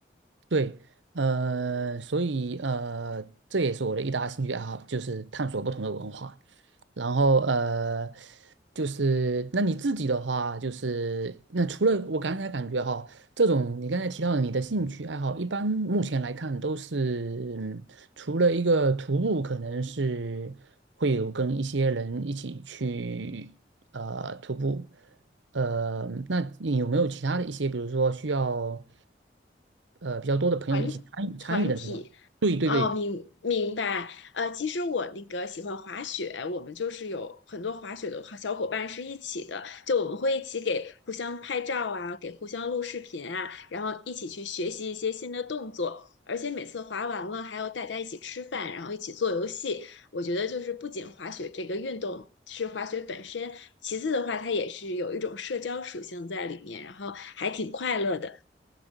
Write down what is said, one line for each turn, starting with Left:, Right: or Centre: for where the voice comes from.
Right: 对，呃，所以呃，这也是我的一大兴趣爱好，就是探索不同的文化。然后呃，就是那你自己的话，就是那除了我刚才感觉哈，这种你刚才提到的你的兴趣爱好，一般目前来看都是，嗯，除了一个徒步，可能是会有跟一些人一起去呃徒步。呃，那你有没有其他的一些，比如说需要呃比较多的朋友一起参与参与的那种？
Left: 团团体，
Right: 对对
Left: 哦，明明白。呃，其实我那个喜欢滑雪，我们就是有很多滑雪的好小伙伴是一起的，就我们会一起给互相拍照啊，给互相录视频啊，然后一起去学习一些新的动作。而且每次滑完了，还要大家一起吃饭，然后一起做游戏。我觉得就是不仅滑雪这个运动是滑雪本身，其次的话，它也是有一种社交属性在里面，然后还挺快乐的。